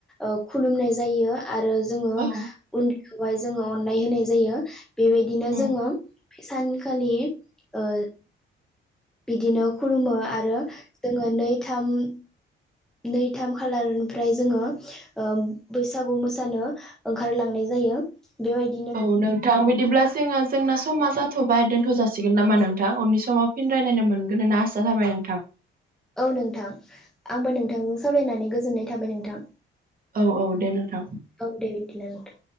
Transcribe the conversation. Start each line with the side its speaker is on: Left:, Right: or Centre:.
Centre: ओ खुलुमनाय जायो। आरो जोङो
Right: औ
Centre: उन्दैखौहाय जोङो अननाय होनाय जायो। बेबायदिनो
Right: औ
Centre: जोङो बै सानखालि ओ बिदिनो खुलुमो आरो जोङो नै थाम नै थाम खालारनिफ्राय जोङो ओ बैसागु मोसानो ओंखारलांनाय जायो बेबायदि
Right: औ नोंथां बिदिब्ला जोङो जोंना समा जाथ'बाय दोनथ' जासिगोन नामा नोंथां? उननि समाव फिन रायलायनो मोनगोन होनना आसा थाबाय नोंथां।
Centre: औ नोंथां आंबो नोंथांजों सावरायनानै गोजोननाय थाबाय नोंथां।
Right: औ औ दे नोंथां।
Centre: औ दे बिदिब्ला नोंथां।